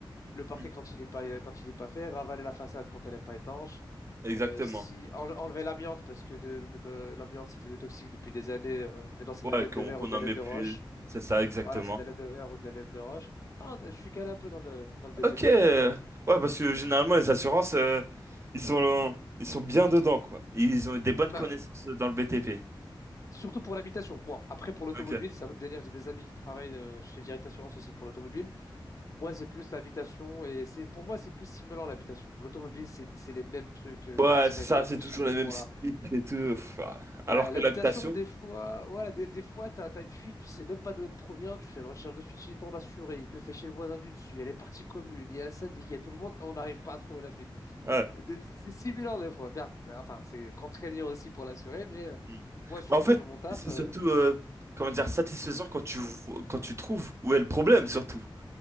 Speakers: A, on the left (about 40°); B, on the right (about 30°).
A: le parquet
B: Mm.
A: quand il est pas, quand il est pas fait, ravaler la façade quand elle n'est pas étanche,
B: Exactement.
A: euh, si, enle- enlever l'amiante parce que de, de- l'amiante, c'est devenu toxique depuis des années. euh, maintenant, c'est
B: Ouais,
A: de la laine
B: qu'on
A: de verre
B: qu'on
A: ou de la
B: en
A: laine
B: met
A: de
B: plus.
A: roche.
B: C'est ça, exactement.
A: Voilà, c'est de la laine de verre ou de la laine de roche. Non, non, je suis calé un peu dans le, dans le BTP,
B: Ok. Ouais,
A: t'inquiète.
B: parce que généralement, les assurances, euh, ils sont, ils sont bien dedans, quoi. Ils ont des bonnes
A: Bah,
B: connaissances dans le BTP.
A: Surtout pour l'habitation, moi. Après, pour l'automobile,
B: Ok.
A: c'est un autre délire. J'ai des amis qui travaillent euh, chez Direct Assurance aussi pour l'automobile. Moi, c'est plus l'habitation et c'est pour moi, c'est plus stimulant l'habitation. L'automobile, c'est c'est les mêmes trucs euh,
B: Bon, Ouais,
A: qui se
B: c'est
A: répètent
B: ça, c'est
A: à
B: toujours
A: chaque
B: les
A: fois.
B: mêmes sinistres et tout. pff, ah.
A: Ouais,
B: Alors que
A: l'habitation,
B: l'habitation,
A: des fois, voilà, des, des fois, t'as, t'as une fuite, tu sais même pas d'où elle provient. Tu fais une recherche de fuite chez ton assuré, il le fait chez le voisin du dessus, il y a les parties communes, il y a le syndic, il y a tout le monde, et on n'arrive pas à trouver la fuite.
B: ouais.
A: Des- C'est c'est stimulant des fois. Merde, enfin, c'est contraignant aussi pour l'assuré, mais euh,
B: Hmm.
A: moi, sur,
B: Mais en fait,
A: sur mon taf.
B: c'est
A: euh,
B: surtout, euh, comment dire, satisfaisant quand tu, vo- quand tu trouves où est le problème, surtout.